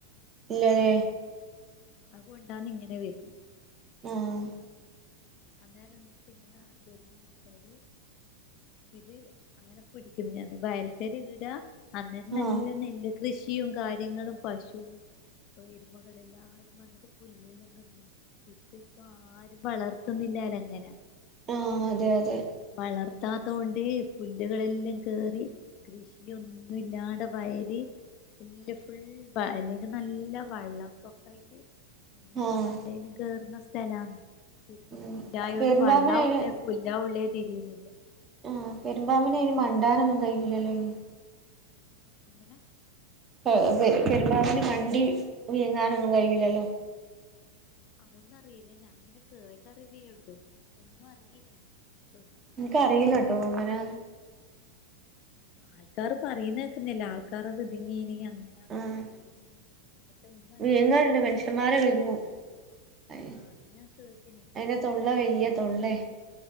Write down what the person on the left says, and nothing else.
അത്കൊണ്ടാന്ന് ഇങ്ങനെ വരു
അന്നേരം ന്ന്ച്ച്ങ്ങനാ വരുന്നെച് ഇത് അങ്ങനെ പിടിക്കുന്നാണ് പ അയൽക്കാര് ഇല്ലാ അന്നേരം
നല്ല നെല്ല് കൃഷി ച്ചിയും കാര്യങ്ങളും പശു എരുമകളും എല്ലാരും വന്നിട്ട് പുല്ലെ ല്ലാം തിന്ന് ഇപ്പ ഇപ്പൊ ആരും വളർത്തുന്നില്ലാല്ലോ അങ്ങനെ
വളർത്താത്തോണ്ട് പുല്ലുകളെല്ലാം കേറി കൃഷിയൊന്നുല്ലാണ്ട് വയല് വല്യ ഫുൾ അയ്നേക്ക് നല്ല വെള്ളപ്പൊക്കെ ആയിട്ട് <unintelligible>
വെള്ളല്ലാകേറുന്ന സ്ഥലാണ് ഇപ്പൊ
പുല്ലായോണ്ട്
വെള്ളവുംല്ല. <unintelligible>
<inaudible>
അതൊന്നു അറിയില്ല ഞാന് ഇങ്ങനെ കേട്ടറിവേ ഒള്ളൂ ഒന്നും അറിയില്ല അയ്നെ പറ്റിയിട്ടൊന്നും
ആൾക്കാറ് പറയുന്നേക്കുന്നില്ല ആൾക്കാറ്ത് വിതുങ്ങീന അങ്ങനെയന്നല്ല
കേട്ടീനി പക്ഷെ ഒന്നും എനക്ക്
അതിനെക്കിച്ചറി
<unintelligible>
ആഹ് അത് ഞാൻ കേട്ടിനി കൊറേ
ഫോട്ടോസ്